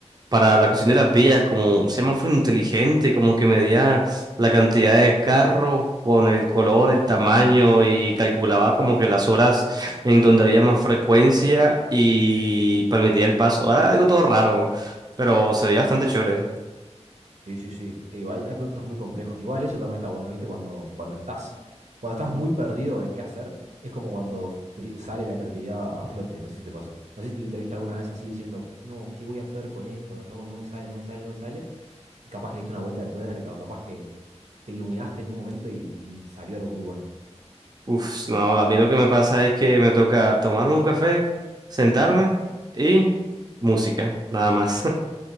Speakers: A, on the right; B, on the right.
A: para la cuestión de las vías, como un semáforo inteligente, como que medía la cantidad de carros con el color, el tamaño y calculaba como que las horas en donde había más frecuencia y permitía el paso. Ahora algo todo raro, pero se veía bastante chévere.
B: Sí, sí, sí. Digo, hay, hay proyectos muy complejos. Igual eso también está bueno, ¿viste? Cuando, cuando estás, cuando estás muy perdido en qué hacer, es como cuando bri- sale la creatividad a flote. No sé si te pasó. No sé si te viste alguna vez así diciendo, no, ¿qué voy a hacer con esto? No, no me sale, no me sale, no me sale. Y capaz que le diste una vuelta de tuerca o capaz que te iluminaste en un momento y, y salió algo muy bueno.
A: Uf, no, a mí lo que me pasa es que me toca tomar un café, sentarme y música, nada más. <laughs>